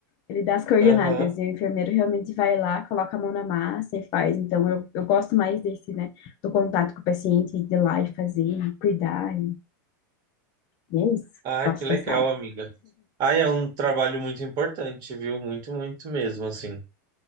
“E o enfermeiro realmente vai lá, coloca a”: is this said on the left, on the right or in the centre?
Left